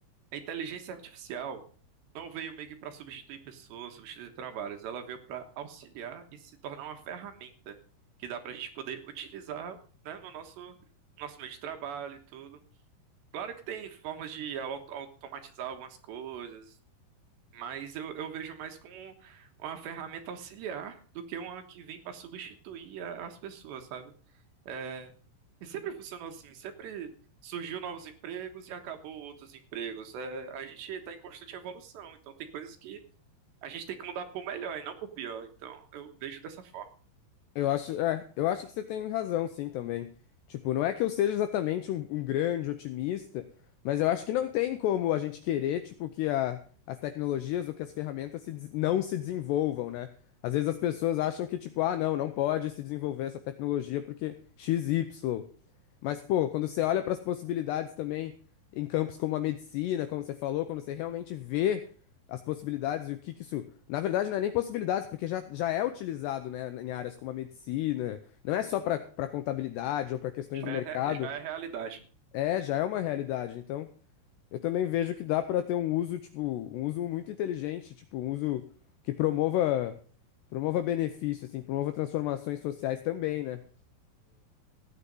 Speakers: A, on the right; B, on the left.
A: a inteligência artificial não veio meio que para substituir pessoas, substituir trabalhos, ela veio para auxiliar e se tornar uma ferramenta que dá para a gente poder utilizar, né, no nosso, nosso meio de trabalho e tudo. Claro que tem formas de au- automatizar algumas coisas, mas eu, eu vejo mais como uma ferramenta auxiliar do que uma que vem para substituir a- as pessoas, sabe? É, e sempre funcionou assim, sempre surgiu novos empregos e acabou outros empregos. É, a gente está em constante evolução, então tem coisas que a gente tem que mudar para o melhor e não para o pior. Então eu vejo dessa forma.
B: Eu acho, é, eu acho que você tem razão, sim, também. Tipo, não é que eu seja exatamente um, um grande otimista, mas eu acho que não tem como a gente querer, tipo, que a- as tecnologias ou que as ferramentas se des- não se desenvolvam, né? Às vezes as pessoas acham que, tipo, ah, não, não pode se desenvolver essa tecnologia porque x y. Mas, pô, quando você olha para as possibilidades também em campos como a medicina, como você falou, quando você realmente vê as possibilidades e o que que isso. Na verdade, não é nem possibilidades, porque já, já é utilizado, né, em áreas como a medicina. Não é só para para contabilidade ou para questões
A: Já
B: do mercado.
A: é, já é realidade.
B: É, já é uma realidade. Então, eu também vejo que dá para ter um uso, tipo, um uso muito inteligente, tipo, um uso que promova. Promova benefício, assim, promova transformações sociais também, né?